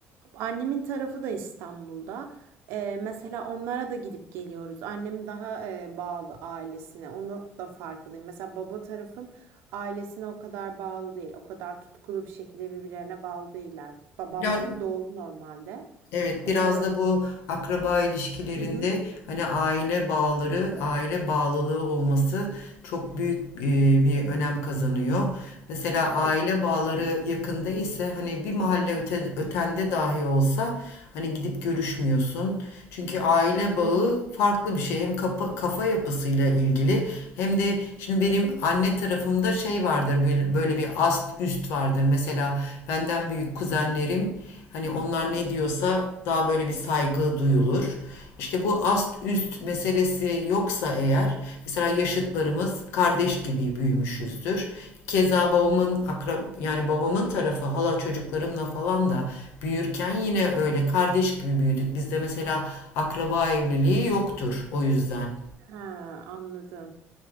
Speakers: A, on the right; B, on the left.
A: Annemin tarafı da İstanbul'da. E, mesela onlara da gidip geliyoruz. Annem daha e, bağlı ailesine. Onu da farkındayım. Mesela baba tarafım ailesine o kadar bağlı değil. O kadar tutkulu bir şekilde birbirlerine bağlı değiller. Babam
B: Ya
A: benim doğulu normalde.
B: Evet,
A: Hani
B: biraz
A: böyle...
B: da bu akraba ilişkilerinde
A: Hı hı,
B: hani aile bağları, aile bağlılığı olması çok büyük e, bir önem kazanıyor. Mesela aile
A: kesinlikle.
B: bağları yakında ise hani bir mahalle öte- ötende dahi olsa hani gidip görüşmüyorsun. Çünkü aile bağı
A: Hı hı.
B: farklı bir şey. Hem kafa, kafa yapısıyla ilgili hem de şimdi benim anne tarafımda şey vardır böyle, böyle bir ast üst vardır. Mesela benden büyük kuzenlerim Hani onlar ne diyorsa daha böyle bir saygı duyulur. İşte bu ast üst meselesi yoksa eğer mesela yaşıtlarımız kardeş gibi büyümüşüzdür. Keza babamın akrab, yani babamın tarafı hala çocuklarımla falan da büyürken yine öyle kardeş gibi büyüdük. Bizde mesela akraba evliliği yoktur o yüzden.
A: Ha, anladım.